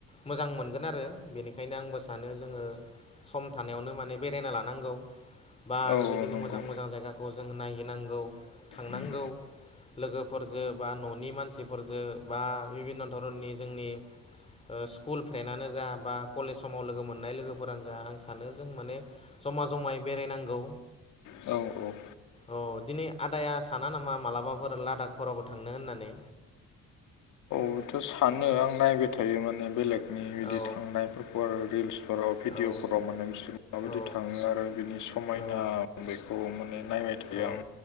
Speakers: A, on the left; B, on the left.
A: मोजां मोनगोन आरो बेनिखायनो आंबो सानो जोङो सम थानायावनो माने बेरायना लानांगौ बा
B: औ
A: बेबायदिनो
B: औ नंगौ
A: मोजां -मोजां जायगा खौ जों नायहैनांगौ थांनांगौ
B: उम,
A: लोगोफोरजों बा न'नि मानसिफोरजों बा बिभिन्न' धरननि जोंनि स्कुल फ्रेन्डनानो जा बा कलेज समाव लोगो मोननाय लोगोफोरानो जा आं सानो जों माने जमा- जमायै बेरायनांगौ
B: औ औ
A: अ दिनै आदाया साना नामा मालाबाफोर लादाखफोरावबो थांनो होननानै?
B: आंथ' सानो आं नायबाय थायो माने बेलेग नि बिदि
A: औ
B: थांनायफोरखौ आरो रिल्सफोराव भिडिअफोराव
A: औ
B: मोनो बिसोरो माबायदि
A: औ
B: थाङो आरो बिनि समायना
A: औ
B: बेखौ माने नायबाय थायो
A: औ
B: आं।